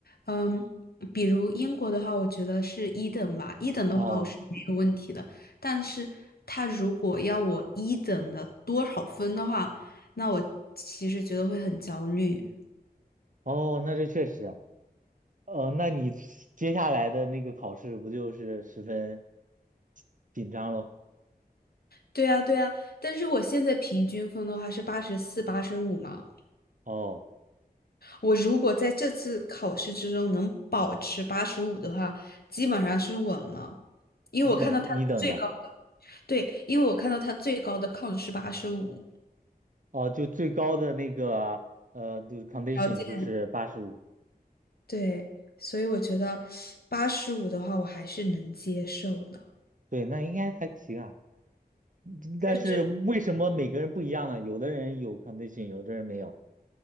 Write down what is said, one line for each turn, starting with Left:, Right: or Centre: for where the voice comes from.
Left: 嗯，比如英国的话，我觉得是一等吧，一等的话我是没有问题的，
Right: 哦
Left: 但是他如果要我一等的多少分的话，那我其实觉得会很焦虑。
Right: 哦，那这确实啊，呃，那你接下来的那个考试不就是十分紧张喽？
Left: 对啊，对啊，但是我现在平均分的话是八十四、八十五嘛，
Right: 哦，
Left: 我如果在这次考试之中能保持八十五的话，基本上是稳了，因为我看到他最高。
Right: 一等一等的。
Left: 对，因为我看到他最高的 count 是八十五，
Right: 哦，就最高的那个呃，就是 condition
Left: 条件。
Right: 就是八十五，
Left: 对，所以我觉得八十五的话，我还是能接受的。
Right: 对，那应该还行啊。嗯但是为什么每个人不一样呢？
Left: 但是，
Right: 有的人有 condition，有的人没有。